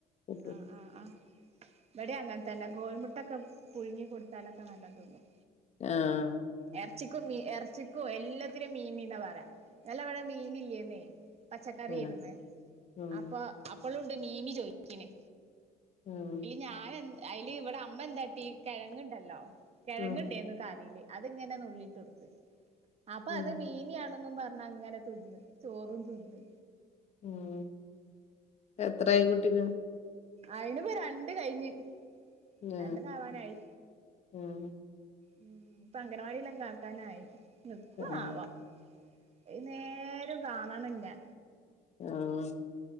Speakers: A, on the left; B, on the right.
A: കൂട്ടൂല.
B: ആഹ് ആഹ് ആഹ് ഇവിടെ അങ്ങനെ തന്നെ കോഴിമുട്ടൊക്കെ പുഴുങ്ങി കൊടുത്താലൊക്കെ നല്ലോം തിന്നും
A: ആഹ്
B: ഇറച്ചിക്കും മീ ഇറച്ചിക്കും എല്ലാത്തിനും മീമി എന്ന് പറയ ഇന്നലെ ഇവിടെ മീൻ ഇല്ലേന്നേ പച്ചക്കറിയിരുന്ന്
A: ആഹ് ഉം
B: അപ്പൊ അപ്പോളുണ്ട് മീമി ചോയിക്ക്ണ്
A: ഉം
B: ഞാന് എ അയ്ല് ഇവിടെ അമ്മ എന്താട്ടീ കിഴങ്ങുണ്ടല്ലോ കിഴങ്ങുണ്ടേന്ന്
A: ഉം
B: കറീല് അത്ങ്ങനെ നുള്ളിട്ട് കൊടുത്ത് അപ്പൊ
A: ഉം
B: അത് മീമിയാണന്നും പറഞ്ഞ അങ്ങനെ തിന്ന് ചോറും തിന്ന്
A: ഉം എത്രായി കുട്ടിക്ക്
B: അയിനിപ്പൊ രണ്ട് കഴിഞ്ഞ്
A: ആഹ്
B: രണ്ടര ആവാനായി
A: ആഹ്
B: ഉം ഇപ്പൊ അംഗനവാടിയിലൊക്കെ ആക്കാനായി നിക്കോന്നാവോ
A: ആഹ്
B: ഏത് നേരും കാണണം ന്നെ
A: ആഹ്